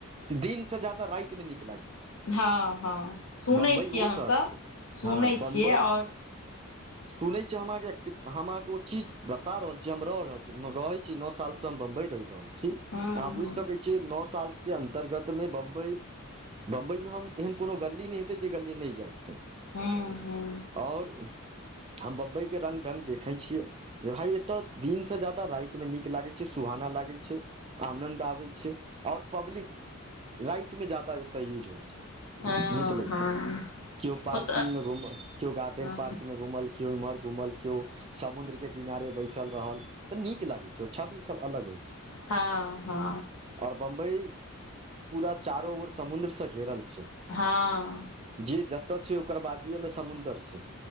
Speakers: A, on the right; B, on the left.
A: दिनसँ ज्यादा राति मे निक
B: हँ हँ सुनै
A: बम्बई
B: छियै
A: ओ
B: हम
A: शहर
B: सब
A: छै
B: सुनै
A: हँ बम्बई
B: छियै ओर
A: सुनै छी हम अहाँके एक हम अहाँके ओ चीज बता रहल छी हम रह रहल रहे छी नओ साल से हम बंबई रहि रहल छी छी
B: हँ
A: अहाँ
B: हँ
A: बुझ सकै छियै नओ साल के अन्तर्गत मे बम्बई बम्बइमे हम एहन कोनो गली नहि हेतै जे गली नहि जाइ,
B: हँ हँ
A: आओर हम बम्बई के रंग ढंग देखे छीये जे भाय एतय दिन से जा राति मे नीक लागै छै सुहाना लागै छै आनंन्द आबै छै आऔर पब्लिक रातिमे जादा एतय यूज होइ छै
B: हँ
A: निकलै
B: हँ
A: छै केओ पार्किंग
B: ओतऽ
A: मे घुमल केओ गार्डेन
B: हँ
A: पार्क मे घूमल केयो इम्हर घूमल्यो समुद्र के किनारे बैसल रहल तऽ नीक लागे छै छवि सब अलग होइ छै
B: हँ हँ
A: और बम्बई पूरा चारो ओर समुद्र से घेरल छै,
B: हँ
A: जे जतऽ छै ओकर बाजूए मे समुन्दर छै